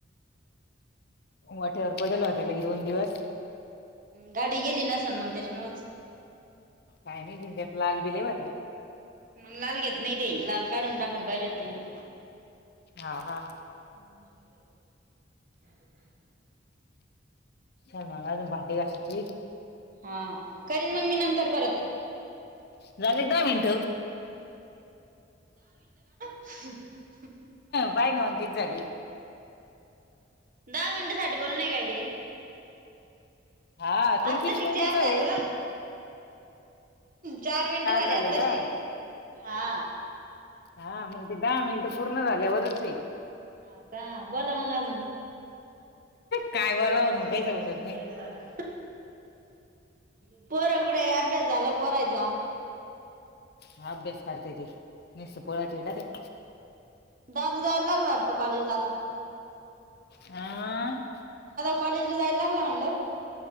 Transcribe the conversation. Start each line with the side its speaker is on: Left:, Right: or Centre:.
Left: वाट्यावर पडेल हो त्याला लई दोन दिवस.
Right: गाडी गेली नसन मग त्याच्यामुळच.
Left: काय माहीन त्यात लाल बि लई होत्या.
Right: मग लाल घेत नाही ते लाल काढून टाकायला पाहिजे होत्या तेयन.
Left: हा हा
Right: हम् <inaudible>
Left: चल मला अजून भांडे घासायचे
Right: हा करीन मग मी नंतर परत.
Left: झाले का दहा मिनट.
Right: ह ह <inaudible>
Left: पाय नाव कीती झाले.
Right: दहा मिनिटं साठी बोलनय काय ते.
Left: हा तुला
Right: आत्ताशिक
Left: किती मीटचय.
Right: चार झाले मग चार मिनट झाली
Left: झाले
Right: आताशी,
Left: का
Right: हा.
Left: हा मग ते दहा मिनिटं पूर्ण झाल्यावरचे.
Right: हो का बोला मंग अजून.
Left: काय बोला
Right: ते आवाज
Left: म्हणून काही समजत
Right: येत नाही आहे <unintelligible> पोर कुठे अभ्यास झाला पोरायचा.
Left: ह अभ्यास करतेेत नस पोळत हीडात्या.
Right: दादू जायला लागला वाटत कॉलेज आता.
Left: आ.
Right: कॉलेज ला जायला लागलं म्हणलं.